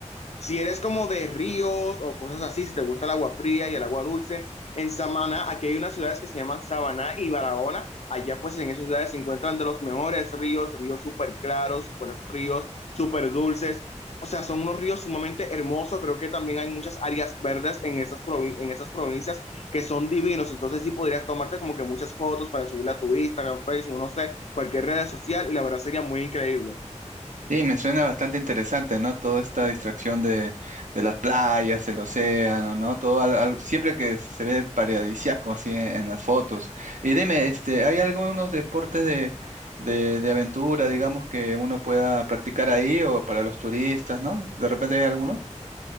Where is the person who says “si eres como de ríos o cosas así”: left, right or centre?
Left